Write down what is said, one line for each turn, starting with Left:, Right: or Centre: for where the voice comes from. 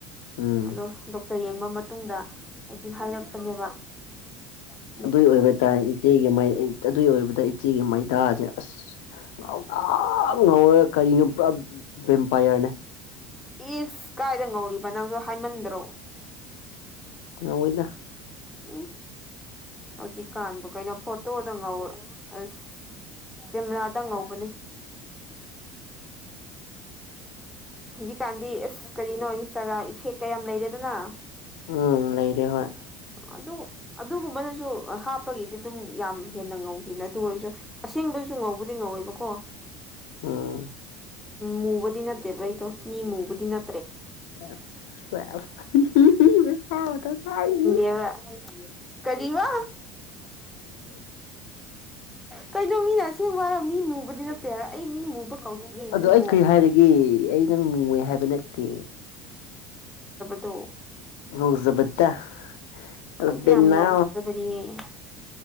Left: ꯎꯝ
Centre: ꯑꯗꯣ ꯗꯣꯛꯇꯔ ꯌꯦꯡꯕ ꯃꯇꯨꯡꯗ ꯑꯩꯗꯤ ꯍꯥꯏꯔꯛꯄꯅꯦꯕ ꯍ
Left: ꯑꯗꯨꯏ ꯑꯣꯏꯕ ꯇꯥꯔꯦ ꯏꯆꯦꯒꯤ ꯑꯗꯨꯒꯤ ꯑꯣꯏꯕꯗ ꯏꯆꯦꯒꯤ ꯃꯩꯗꯥꯁꯦ ꯑꯁ ꯉ ꯉꯥꯎꯔꯒ ꯀꯔꯤꯅꯣ ꯄꯨꯔꯥ ꯕꯦꯝꯄꯥꯌꯔꯅꯦ
Centre: ꯏꯁ ꯀꯥꯏꯗ ꯉꯧꯔꯤꯕ ꯅꯪꯁꯨ ꯍꯥꯏꯃꯟꯗ꯭ꯔꯣ
Left: ꯑ ꯑꯣꯏꯣꯏꯗ
Centre: ꯎꯝ ꯍꯧꯖꯤꯛꯀꯥꯟꯕꯨ ꯀꯩꯅꯣ ꯐꯣꯇꯣꯗ ꯉꯧ ꯑꯁ ꯀꯦꯃꯦꯔꯥꯗꯪ ꯉꯧꯕꯅꯦ ꯍꯧꯖꯤꯛꯀꯥꯟꯗꯤ ꯑꯁ ꯀꯔꯤꯅꯣ ꯏꯟꯁꯇꯥꯒ꯭ꯔꯥꯝ ꯏꯐꯦꯛ ꯀꯌꯥꯝ ꯂꯩꯔꯦꯗꯅ
Left: ꯎꯝ ꯂꯩꯔꯦ ꯍꯣꯏ
Centre: ꯑꯗꯨ ꯑꯗꯨꯒꯨꯝꯕꯅꯁꯨ ꯍꯥꯞꯄꯒꯤꯗꯤ ꯑꯗꯨꯝ ꯌꯥꯝ ꯍꯦꯟꯅ ꯉꯧꯈꯤꯕꯅꯦ ꯑꯗꯨ ꯑꯣꯏꯔꯁꯨ ꯑꯁꯦꯡꯕꯁꯨ ꯨ ꯉꯧꯕꯗꯤ ꯉꯧꯋꯦꯕꯀꯣ
Left: ꯑꯝ
Centre: ꯃꯨꯕꯨꯗꯤ ꯅꯠꯇꯦꯕ ꯑꯩꯗꯣ ꯃꯤ ꯃꯨꯕꯨꯗꯤ ꯅ
Left: ꯁ
Centre: ꯏꯕ ꯀꯔꯤꯃ ꯀꯩꯅꯣ ꯃꯤꯅ ꯑꯁꯦꯡꯕꯔ ꯃꯤ ꯃꯨꯕꯗꯤ ꯅꯠꯇꯦ ꯍꯥꯏꯔ ꯑꯩ ꯃꯤ ꯃꯨꯕ ꯀꯧꯗꯤꯌꯦ ꯏꯕꯨꯡꯉꯣ
Left: ꯑꯗꯣ ꯑꯩ ꯀꯩ ꯍꯥꯏꯔꯒꯦ ꯑꯩ ꯅꯪ ꯅꯨꯉꯦ ꯍꯥꯏꯕ ꯅꯠꯇꯦ
Centre: ꯑ
Left: ꯍꯖꯕꯠꯇꯕꯟꯅ
Centre: ꯑꯩꯈꯣꯏꯗꯤ ꯌꯥꯝ ꯉꯧꯖꯕꯅꯦ